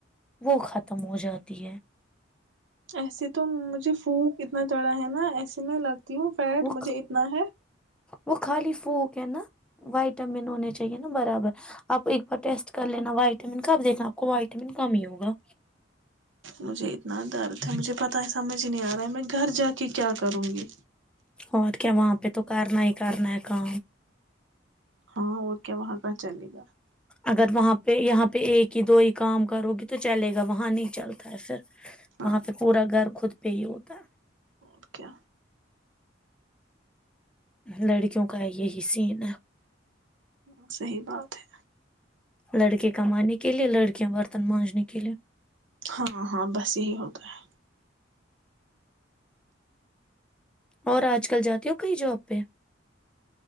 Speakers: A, in the centre; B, on the right (about 70°).
A: وہ ختم ہو جاتی ہے
B: ایسے تو مجھے پھونک اتنا چڑا ہے نا ایسے میں لگتا ہوں فیٹ
A: وہ
B: مجھے اتنا ہے
A: وہ خالی پوک ہے نا وائٹامن ہونے چاہیے نا برابر آپ ایک بار ٹیسٹ کر لینا وائٹامن کا دیکھنا آپ کو وائٹامن کم ہی ہوگا
B: مجھے اتنا درد ہے مجھے پتا ہے سمجھ نہیں آ رہا ہے میں گھر جا کے کیا کروں گی
A: اور کیا وہاں پہ تو کرنا ہی کرنا کا
B: ہاں اوکے وہاں کا چلے گا
A: اگر وہاں پہ یہاں پہ ایک ہی دو ہی کام کرو گی تو چلے گا وہاں نہیں چلتا ہے پھر
B: ہاں
A: وہاں پہ پورا گھر خود پ ہو کاا
B: اور کیا
A: لڑکیوں کا یہی سین ہے
B: ہ صحی بات ہے
A: لڑکے کمانے کے لیے لڑکیاں برتن مانجنے کے لیے
B: ہاں ہاں بس یہی ہوتا ہے
A: اور آج کل جاتی ہ کئی جاب پہ <unintelligible>